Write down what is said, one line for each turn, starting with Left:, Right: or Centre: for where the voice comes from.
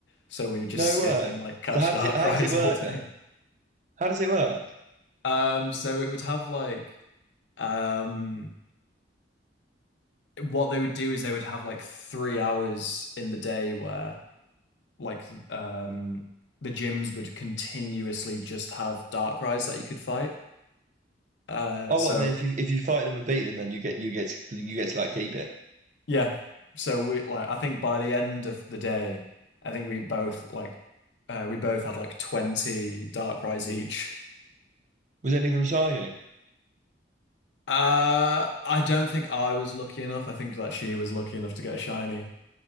Left: so we would just
Right: No
Left: sit
Right: way.
Left: and like catch
Right: So how
Left: dark
Right: does it how
Left: <laughs> cries
Right: does it work
Left: all day.
Right: then? How does it work?
Left: Um, so it would have like um, what they would do is they would have like three hours in the day where like th- um the gyms would continuously just have dark cries that you could fight. Uh,
Right: Oh,
Left: so
Right: what? And then if you if you fight them and beat them, then you get you get to, you get to like keep it.
Left: Yeah. So we like I think by the end of the day, I think we both like uh we both had like 20 dark rides each.
Right: Was any of them shiny?
Left: Uh I don't think I was lucky enough. I think that she was lucky enough to get a shiny.